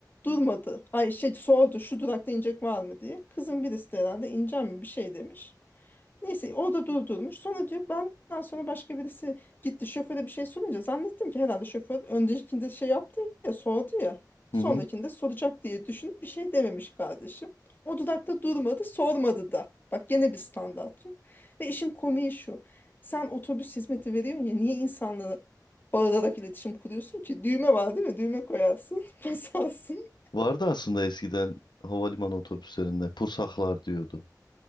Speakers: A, on the left; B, on the left.
A: Durmadı. Ay şey sordu şu durakta inecek var mı diye. Kızın birisi de herhalde ineceğim mi bir şey demiş. Neyse o da durdurmuş. Sonra diyor benden sonra başka birisi gitti şoföre bir şey sorunca zannettim ki herhalde şoför öndekinde şey yaptı ya sordu ya. Sonrakinde
B: Hı hı.
A: soracak diye düşünüp bir şey dememiş kardeşim. O dudakta durmadı sormadı da. Bak gene bir standart yok. Ve işin komiği şu. Sen otobüs hizmeti veriyorsun ya niye insanlara bağırarak iletişim kuruyorsun ki? Düğme var değil mi? Düğme koyarsın. <laughs> Basarsın.
B: Vardı aslında eskiden havalimanı otobüslerinde pusaklar diyordu.